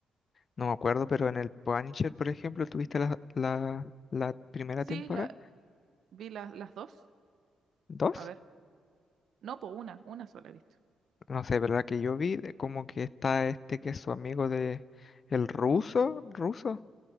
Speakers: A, on the left; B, on the right.
A: No me acuerdo, pero en el Punisher, por ejemplo, tuviste la, la, la primera
B: Sí,
A: temporada,
B: la, vi las las dos.
A: dos,
B: A ver. No, po, una, una sola he visto.
A: no sé, ¿verdad? Que yo vi, de como que está este que es su amigo de el ruso, ruso,